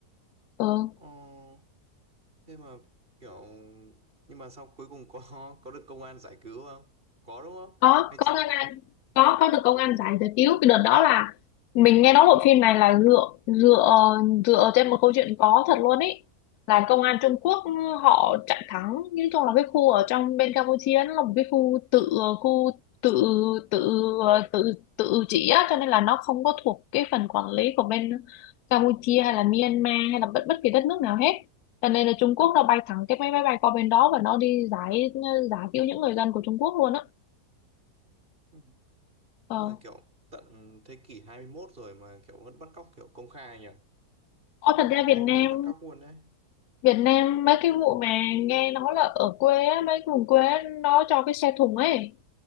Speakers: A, on the left; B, on the right.
A: ừ
B: Ồ. thế mà kiểu nhưng mà sau cuối cùng có <laughs> có được công an giải cứu không có đúng không
A: có
B: hay
A: có
B: chỉ
A: Ngân
B: được
A: Anh có có được công an
B: có
A: giải giải cứu cái đợt đó là mình nghe nói bộ phim này là dựa dựa dựa trên một câu chuyện có thật luôn ấy là công an Trung Quốc họ chặn thắng nói chung là cái khu ở trong bên Campuchia nó là một cái khu tự khu tự tự tự tự trị á cho nên là nó không có thuộc cái phần quản lý của bên Campuchia hay là Myanmar hay là bất bất kỳ đất nước nào hết cho nên là Trung Quốc nó bay thẳng cái máy bay bay qua bên đó và nó đi giải giải cứu những người dân của Trung Quốc luôn á
B: Ừ.
A: Ờ.
B: nhưng mà kiểu tận thế kỷ 21 rồi mà kiểu vẫn bắt cóc kiểu công khai nhỉ
A: Ô, thật ra
B: ngang
A: Việt Nam
B: nhiên bắt cóc luôn đấy
A: Việt Nam mấy cái vụ mà nghe nói là ở quê á, mấy cái vùng quê á, nó cho cái xe thùng ấy